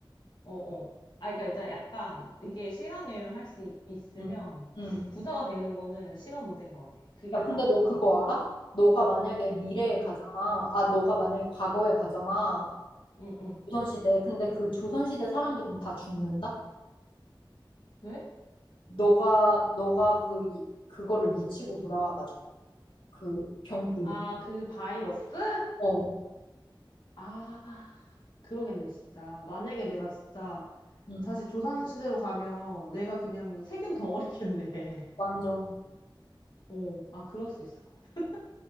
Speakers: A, on the left; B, on the left.
A: 어 어. 아, 그러니까 이제 약간 이게 시간 여행을 할 수 있으면
B: 응. 응.
A: 부자가 되는 거는 시간 문제인 것 같아. 그게
B: 야 근데
A: 딱
B: 너 그거 알아? 너가 만약에 미래에 가잖아.
A: 응,
B: 아 너가 만약에 과거에 가잖아.
A: 응, 응.
B: 조선시대. 근데 그 조선시대 사람들 그럼 다 죽는다?
A: 왜?
B: 너가 너가 그 이- 그거를 묻히고 돌아와가지고 그 병든.
A: 아, 그 바이러스?
B: 어.
A: 아, 그러겠네, 진짜. 만약에 내가 진짜
B: 응.
A: 다시 조선시대로 가면 내가 그냥 세균 덩어리겠네. <laughs>
B: 완전.
A: 어, 아, 그럴 수 있을 것 같아.